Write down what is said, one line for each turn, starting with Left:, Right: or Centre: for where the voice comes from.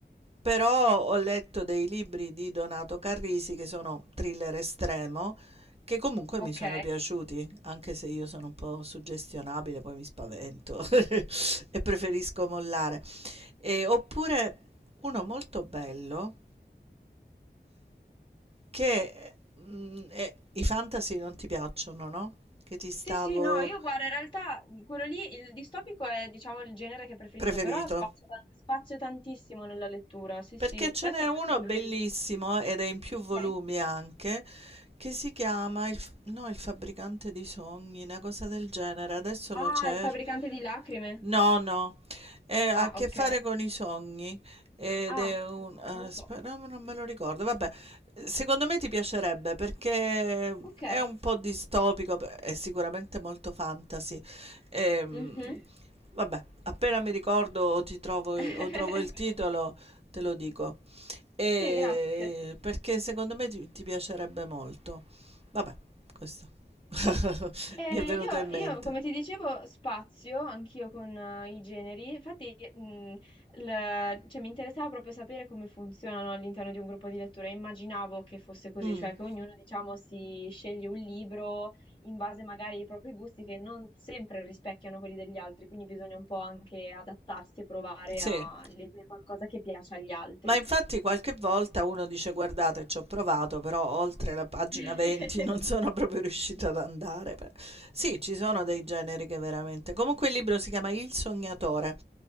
Right: però ho letto dei libri di Donato Carrisi che sono thriller estremo, che comunque
Left: Ok.
Right: mi sono piaciuti, anche se io sono un po' suggestionabile, poi mi spavento <laughs> e preferisco mollare. E, oppure uno molto bello che, mhmm, ehm, i fantasy non ti piacciono, no, che ti stavo
Left: Sì, sì, no, io guardo, in realtà quello lì, il distopico è, diciamo, il genere che preferisco,
Right: preferito.
Left: però spazio, spazio tantissimo nella lettura, sì,
Right: Perché
Left: sì.
Right: ce
Left: Fantasy,
Right: n'è uno
Left: sì,
Right: bellissimo,
Left: lo leggo.
Right: ed è in più
Left: Ok.
Right: volumi anche, che si chiama il f no, il fabbricante di sogni, 'na cosa del genere, adesso
Left: Ah,
Right: lo cer
Left: il fabbricante di lacrime.
Right: No, no, eh, ha
Left: Ah,
Right: a che
Left: ok.
Right: fare con i sogni ed
Left: Ah,
Right: è un...
Left: no,
Right: aspetta,
Left: non lo so.
Right: no, non me lo ricordo, vabbè, secondo me ti piacerebbe perché
Left: Ok.
Right: è un po' distopico, è sicuramente molto fantasy, Ehm,
Left: Mhm.
Right: vabbè, appena mi ricordo o ti trovo,
Left: <laughs>
Right: o trovo il titolo te lo dico, E
Left: Sì, grazie.
Right: perché secondo me ti, ti piacerebbe molto, vabbè, questo <laughs>
Left: Eh,
Right: mi è venuto
Left: io,
Right: in mente.
Left: io, come ti dicevo, spazio anch'io con eh, i generi, infatti mh, l- cioè, mi interessava proprio sapere come funzionano all'interno di un gruppo di lettura. Immaginavo che fosse così,
Right: Mm,
Left: cioè che ognuno, diciamo, si sceglie un libro in base magari ai propri gusti che non sempre rispecchiano quelli degli altri, quindi bisogna un po' anche adattarsi e provare
Right: sì.
Left: a leggere qualcosa che piace agli altri.
Right: Ma infatti qualche volta uno dice: "Guardate c'ho provato, però oltre la pagina
Left: <laughs>
Right: 20 <laughs> non sono proprio riuscito ad andare." Pe sì, ci sono dei generi che veramente comunque il libro si chiama Il sognatore